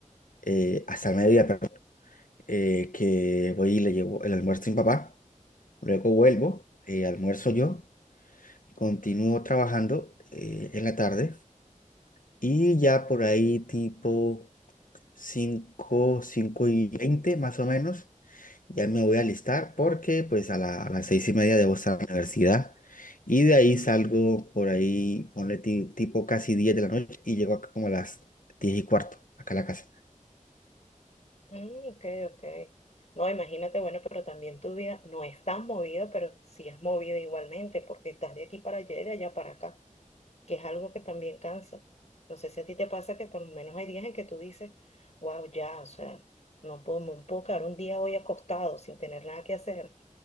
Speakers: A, on the left (about 80°); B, on the left (about 55°).
A: eh, hasta el mediodía, perdón, eh, que voy y le llevo el almuerzo a mi papá, luego vuelvo, eh, almuerzo yo, continúo trabajando eh, en la tarde y ya por ahí tipo 5 5 y 20 más o menos, ya me voy a alistar porque pues a, la- a las 6 y media debo estar en la universidad. Y de ahí salgo por ahí, ponle ti- tipo casi 10 de la noche y llego acá como a las 10 y cuarto, acá a la casa.
B: Mm, ok, ok. No, imagínate, bueno, pero también tu vida no es tan movida, pero sí es movida igualmente, porque estás de aquí para allá y de allá para acá, que es algo que también cansa. No sé si a ti te pasa que por lo menos hay días en que tú dices, wow, ya, o sea, no puedo, no puedo quedar un día hoy acostado sin tener nada que hacer.